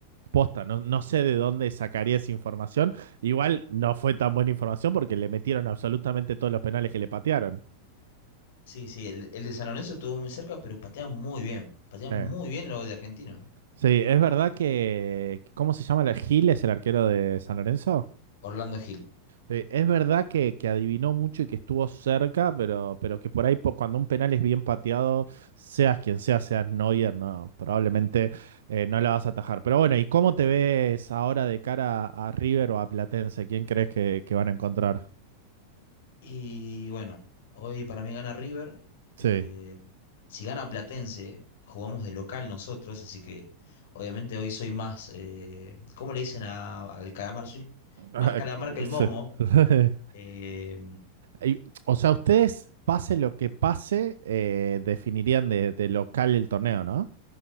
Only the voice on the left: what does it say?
Sí, sí, el, el de San Lorenzo estuvo muy cerca, pero patea muy bien. Patea
muy bien lo de argentino.
Orlando Gil.
Y bueno, hoy para mí gana River. Eh,
si gana Platense, jugamos de local nosotros, así que obviamente hoy soy más, eh, ¿cómo le dicen a- al calamar? Soy
más calamar
que el
momo.
Eh,